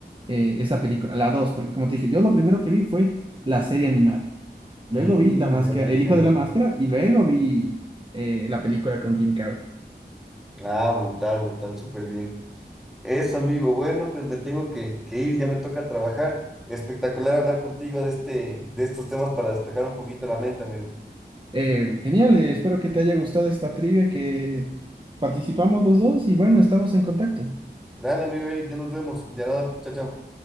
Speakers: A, on the right; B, in the centre.
A: eh, esa película, la dos. porque como te dije, yo lo primero que vi fue la serie animada, luego
B: Mm,
A: vi la máscara,
B: ya te
A: El
B: cacho.
A: hijo de la máscara y luego vi eh, la película con Jim Carrey.
B: Ah, brutal, brutal, súper bien. Eso, amigo. Bueno, pues me tengo que, que ir, ya me toca trabajar. Espectacular hablar contigo de este, de estos temas para despejar un poquito la mente, amigo.
A: Eh, genial, eh, espero que te haya gustado esta trivia que participamos los dos y bueno, estamos en contacto.
B: Dale, amigo Eric, ya nos vemos. Ya nos, chao, chao.